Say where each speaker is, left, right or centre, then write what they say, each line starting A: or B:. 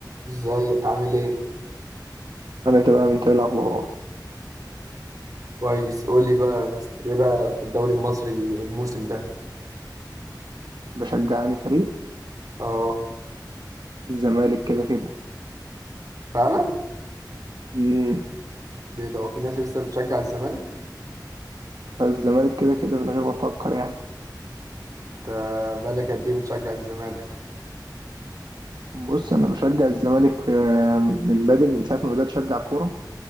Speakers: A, on the right; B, on the right.
A: ازيك عامل ايه؟
B: انا تمام انت إيه الاخبار
A: كويس قول لي بقى ايه رأيك في الدوري المصري الموسم ده؟
B: بشجعني فريق
A: اه
B: الزمالك كده كده
A: فعلا؟
B: امم
A: ليه ده هو في ناس لسه بتشجع الزمالك؟
B: الزمالك كده كده من غير ما افكر يعني
A: انت بقالك قد ايه بتشجع الزمالك؟
B: بص انا بشجع الزمالك آه، من بدري من ساعه ما بدات اشجع كوره